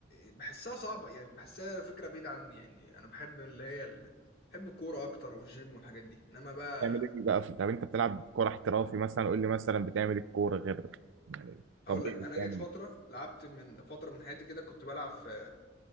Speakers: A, on the left (about 50°); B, on the right (about 75°).
A: بحسها صعبة يعني بحسها فكرة بعيدة عني يعني أنا بحب اللي هي ال... بحب الكورة أكتر والجيم والحاجات دي إنما بقى
B: بتعمل ايه بقى في طب انت بتلعب كوره احترافي مثلا قول لي مثلا بتعمل إيه الكوره غير يعني طبيعي
A: هقول لك أنا
B: بتعمل
A: جيت فترة
B: إيه؟
A: لعبت من فترة من حياتي كده كنت بلعب في